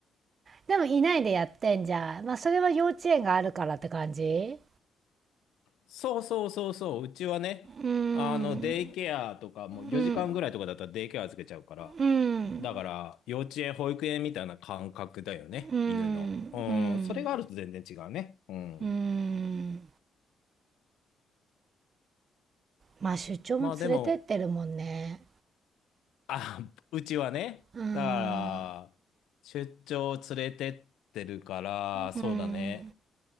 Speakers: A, on the right (about 45°); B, on the left (about 80°).
A: でもいないでやってんじゃん。まあそれは幼稚園があるからって感じ
B: そうそうそうそう。うちはね、
A: うーん、
B: あの、デイケアとか、もう4時間ぐらいとかだったらデイケア預けちゃうから。
A: うん、うん、
B: だから、幼稚園、保育園みたいな感覚だよね。
A: うん、
B: 犬の。うん。
A: うん、
B: それがあると全然違うね。うん。
A: うん。まあ出張も連れてってるもんね。
B: まあでも、あ、うちはね、
A: うーん、
B: だから、出張連れてってるから、
A: うん。
B: そうだね。